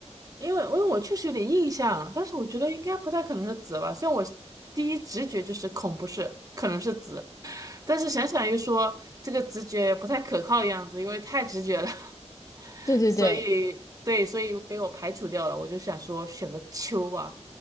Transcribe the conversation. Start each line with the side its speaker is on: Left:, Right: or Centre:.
Right: 因为因为我确实有点印象，但是我觉得应该不太可能是紫吧，虽然我第一直觉就是恐不是，可能是紫。但是想想又说这个直觉不太可靠的样子，因为太直觉了，<laughs>
Left: 对对对，
Right: 所以对，所以被我排除掉了。我就想说选个秋吧。